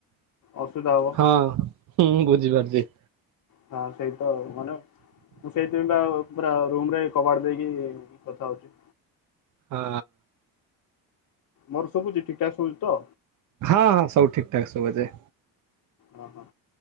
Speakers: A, on the left; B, on the right.
A: ଅସୁବିଧା ହବ
B: ହଁଁ ମୁଁ ବୁଝିପାରୁଛି।
A: ହଁ ସେଇ ତ ଅମାନ ମୁଁ ସେଇଥିପାଇଁ ବା ରୁମ ରେ କବାଡ ଦେଇକି କଥା ହଉଛି।
B: ହଁ।
A: ମୋର ଶୁଭୁଛି ଠିକି ଠାକ ଶୁଛିତ?
B: ହଁ ସବୁ ଠିକଠାକ ସବୁଛି।
A: ଓ ହୋ